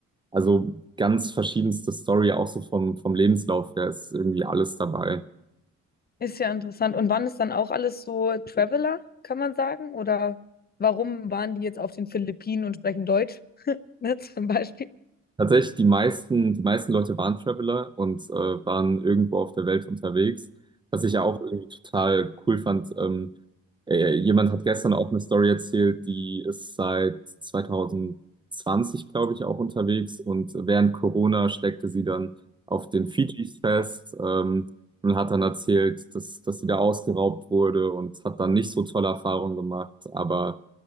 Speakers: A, on the right; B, on the left.
A: Also ganz verschiedenste Story, auch so vom, vom Lebenslauf her ist irgendwie alles dabei.
B: Ist ja interessant. Und waren es dann auch alles so Traveler, kann man sagen? Oder warum waren die jetzt auf den Philippinen und sprechen Deutsch? Ne, <laughs> zum Beispiel.
A: Tatsächlich, die meisten, die meisten Leute waren Traveler und äh, waren irgendwo auf der Welt unterwegs. Was ich ja auch irgendwie total cool fand. Ähm, äh, jemand hat gestern auch eine Story erzählt, die ist seit 2020, glaube ich, auch unterwegs. Und während Corona steckte sie dann auf den Fidschis fest ähm, und hat dann erzählt, dass, dass sie da ausgeraubt wurde und hat dann nicht so tolle Erfahrungen gemacht. Aber.